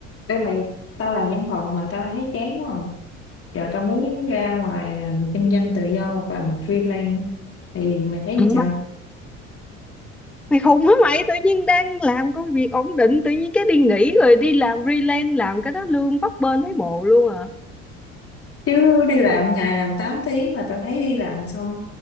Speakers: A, on the left (about 35°); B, in the centre.
A: Ê mày, tao làm văn phòng mà tao thấy chán quá à. Giờ tao muốn ra ngoài làm kinh doanh tự do hoặc làm freelance thì mày thấy
B: Ờ,
A: làm sao?
B: mày khùng hả mày tự nhiên đang làm công việc ổn định tự nhiên cái đi nghỉ rồi đi làm freelance làm cái đó lương bấp bênh thấy mồ luôn à
A: Chứ đi làm ngày làm 8 tiếng mà tao thấy đi làm xong